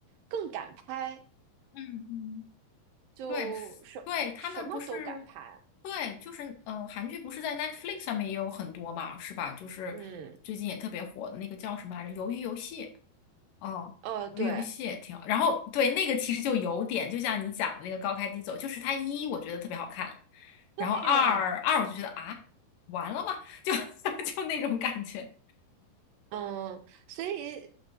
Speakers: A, on the right (about 80°); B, on the left (about 75°).
A: 更敢拍，
B: 嗯嗯，
A: 就什什么都敢拍。
B: 对，是对，他们不是，对，就是呃，韩剧不是在 Netflix 上面也有很多嘛，是吧？就是最近也特别火的那个叫什么来着，
A: 嗯，
B: 《鱿鱼游戏》。哦，
A: 呃，
B: 玩游戏也挺好。
A: 对
B: 然后对那个其实就有点，就像你讲的那个高开低走，就是它一我觉得特别好看，然后二二我就觉得啊，
A: 对。
B: 完了吗？就 <laughs> 就那种感觉。
A: 嗯，所以